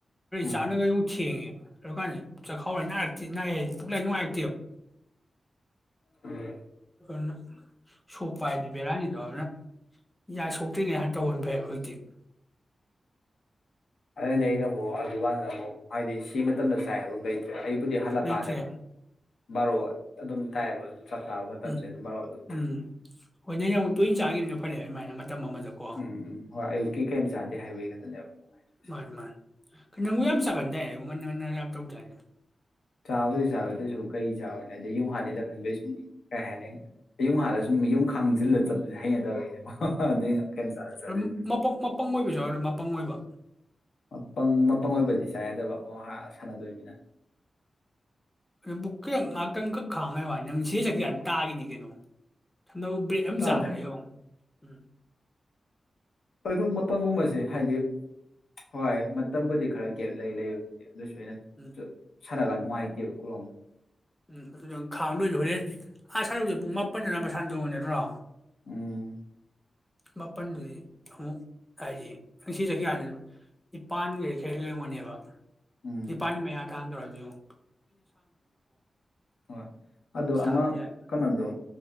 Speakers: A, on the left (about 85°); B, in the centre.
A: ꯎꯝ
B: ꯆꯥꯛꯅꯒ ꯌꯣꯡ ꯊꯦꯡꯉꯦ꯫ ꯑꯗꯨ ꯀꯥꯟ ꯆꯥꯛꯈꯥꯎ <unintelligible> ꯄꯨꯛꯂ ꯅꯨꯡꯉꯥꯏ
A: ꯎꯝ
B: ꯑꯗꯨꯅ ꯁꯣꯛꯄ ꯍꯥꯏꯗꯤ ꯕꯦꯔꯥꯅꯤꯗꯣ ꯑꯗꯨꯅ ꯌꯥꯏ ꯁꯣꯛꯇ꯭ꯔꯤꯅꯦ ꯍꯥꯟ ꯇꯧꯍꯅ ꯐꯩꯕ ꯍꯧꯖꯤꯛꯇꯤ
A: ꯎ ꯑꯗꯨꯅ <unintelligible> ꯑꯗꯨꯀꯥꯟꯗ ꯑꯃꯨꯛ ꯍꯥꯏꯗꯤ ꯁꯤ ꯃꯇꯝꯗ ꯆꯥꯏ ꯍꯥꯏꯕ ꯑꯃ ꯂꯩꯇꯔꯣ ꯑꯩꯕꯨꯗꯤ ꯍꯜꯂꯛꯀꯥꯟꯗ
B: ꯂꯩꯇ꯭ꯔꯦ
A: ꯕꯥꯔꯣ ꯑꯗꯨꯝ ꯇꯥꯏꯌꯦꯕ ꯑꯗꯨꯝ ꯆꯥꯛ ꯆꯥꯕ ꯃꯇꯝꯁꯦ
B: ꯎꯝ
A: ꯑꯗꯨꯝ ꯃꯔꯨꯞ ꯑꯗꯨꯝ
B: ꯎꯝ ꯍꯣꯏ ꯅꯪ ꯌꯥꯝ ꯇꯣꯏꯅ ꯆꯥꯈꯤꯕꯗꯨꯅ ꯐꯔꯦ ꯑꯗꯨꯃꯥꯏꯅ ꯃꯇꯝ ꯑꯃꯗꯀꯣ
A: ꯎꯝ ꯍꯣꯏ ꯑꯌꯨꯛꯀꯤ ꯀꯔꯤꯝ ꯆꯥꯗꯦ ꯍꯥꯏꯕꯒꯤ ꯈꯛꯇꯅꯦꯕ ꯅꯨꯡꯉꯥꯏꯇ꯭ꯔꯤꯁꯦ
B: ꯃꯥꯅꯤ ꯃꯥꯅꯤ ꯅꯪꯕꯨ ꯌꯥꯝ ꯁꯥꯥꯒꯟꯗꯥꯏ ꯉꯟꯅ ꯉꯟꯅ ꯌꯥꯝ ꯇꯧ ꯗꯥꯏꯅꯦ
A: ꯆꯥꯕꯨꯗꯤ ꯆꯥꯕꯥ ꯑꯗꯣꯏꯁꯨ ꯀꯩ ꯆꯥꯔꯅꯦ ꯑꯗ ꯌꯨꯝ ꯍꯥꯟꯅꯤꯗ ꯈꯟꯕꯩ ꯁꯨꯝ ꯀꯩ ꯍꯥꯏꯅꯤ <unintelligible> ꯈꯥꯡꯖꯤꯜꯂ ꯆꯠ ꯍꯩꯅꯗꯕꯩꯅꯦꯕ ꯑꯗꯨꯏꯅꯦ ꯀꯩꯝ ꯆꯥꯗ ꯆꯠꯂꯤꯁꯦ
B: ꯎꯝ ꯃꯄꯪ ꯑꯣꯏꯕꯁꯨ ꯌꯥꯎꯗ ꯃꯄꯪ ꯑꯣꯏꯕ
A: ꯃꯄꯪ ꯃꯄꯪ ꯑꯣꯏꯕꯗꯤ ꯆꯥꯏ ꯌꯥꯗꯕ <unintelligible> ꯁꯥꯟꯅꯗꯣꯏꯅꯤꯅ
B: ꯑꯗꯨꯕꯨꯛ ꯈꯤꯇꯪ ꯉꯥꯏꯍꯥꯛꯇꯪꯈꯛ ꯈꯥꯡꯉꯩ ꯋꯥꯅꯤ ꯅꯪ ꯁꯤꯗꯩꯩ ꯆꯇꯀꯥꯟꯗ ꯇꯥꯒꯤꯅꯤ ꯀꯩꯅꯣ ꯍꯟꯕꯨꯛ ꯕ꯭ꯔꯦꯗ ꯑꯃ
A: ꯇꯥꯗꯦ
B: ꯆꯥꯕꯗꯥ ꯌꯦꯡꯉꯣ ꯎꯝ
A: ꯑꯗꯨ ꯃꯄꯪꯒꯨꯝꯕꯁꯤ ꯍꯥꯏꯗꯤ ꯍꯣꯏ ꯃꯇꯝꯕꯨꯗꯤ ꯈꯔ ꯒꯦꯞ ꯂꯩ ꯂꯩꯕꯕꯨꯗꯤ ꯑꯗꯨꯁꯨꯅ
B: ꯎꯝ
A: ꯁꯥꯟꯅꯒꯥꯟ ꯅꯨꯡꯉꯥꯏꯇꯦꯕ ꯀꯣꯛ ꯂꯥꯎꯃꯩ
B: ꯎꯝ ꯑꯗꯨ ꯈꯥꯡꯗꯣꯏꯁꯨ ꯍꯣꯔꯦꯟ ꯑꯥ ꯁꯥꯟꯅꯧꯁꯦ ꯄꯨꯡ ꯃꯥꯄꯟꯗꯅ ꯃꯁꯥꯟꯗꯧ ꯅꯠꯇ꯭ꯔꯣ
A: ꯎꯝ
B: ꯃꯥꯄꯜꯗꯨꯗꯤ ꯑꯃꯨꯛ ꯍꯥꯏꯗꯤ ꯉꯁꯤ ꯆꯠꯀꯥꯟꯁꯤ ꯅꯤꯄꯥꯟꯒꯔ ꯈꯔ ꯍꯦꯛꯔꯒꯅꯦꯕ
A: ꯎꯝ
B: ꯗꯤꯄꯥꯅꯤ ꯃꯌꯥꯥꯔꯥꯗꯣ ꯃꯤꯑꯣ
A: ꯍꯣꯏ ꯑꯗꯣ
B: ꯆꯥꯕꯗꯤ
A: ꯑꯃ
B: ꯌꯥꯅꯤ
A: ꯀꯩꯅꯣꯗꯣ